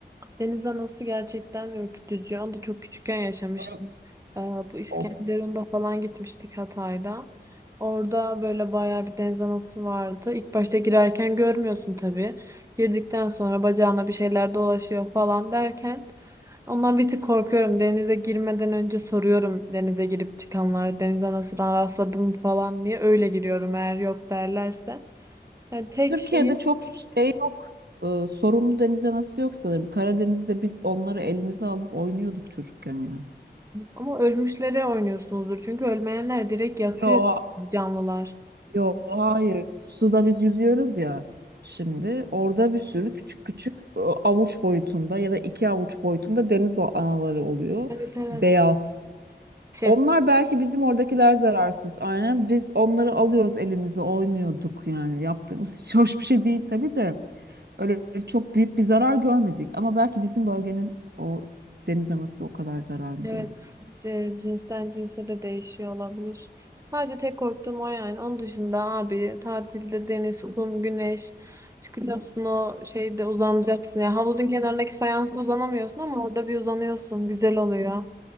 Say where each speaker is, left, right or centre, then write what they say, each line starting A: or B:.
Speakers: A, on the right; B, on the right.
A: Deniz anası gerçekten ürkütücü. Onu da çok küçükken yaşamıştım.
B: Böyle-
A: Ee, bu İskenderun'da
B: of.
A: falan gitmiştik Hatay'da. Orada böyle bayağı bir deniz anası vardı. İlk başta girerken görmüyorsun tabii. Girdikten sonra bacağına bir şeyler dolaşıyor falan derken ondan bir tık korkuyorum. Denize girmeden önce soruyorum denize girip çıkanlara deniz anasına rastladın mı falan diye. Öyle giriyorum eğer yok derlerse. Yani tek
B: Türkiye'de
A: şeyi
B: çok şey yok. e, sorunlu deniz anası yok sanırım. Karadeniz'de biz onları elimize alıp oynuyorduk çocukken ya.
A: Ama ölmüşlere oynuyorsunuzdur. Çünkü ölmeyenler direkt yakıyor
B: Yok
A: canlılar.
B: Yok hayır. Suda biz yüzüyoruz ya şimdi. Orada bir sürü küçük küçük e, avuç boyutunda ya da iki avuç boyutunda deniz o- anaları oluyor.
A: Evet evet.
B: Beyaz.
A: Şef.
B: Onlar belki bizim oradakiler zararsız. Aynen. Biz onları alıyoruz elimize oynuyorduk yani. Yaptığımız <laughs> hiç hoş bir şey değil tabii de. Öyle çok büyük bir zarar görmedik. Ama belki bizim bölgenin o deniz anası o kadar zararlı
A: Evet.
B: değil.
A: E, cinsten cinse de değişiyor olabilir. Sadece tek korktuğum o yani. Onun dışında abi tatilde deniz, kum, güneş çıkacaksın o şeyde uzanacaksın. ya havuzun kenarındaki fayansla uzanamıyorsun ama orada bir uzanıyorsun. Güzel oluyor.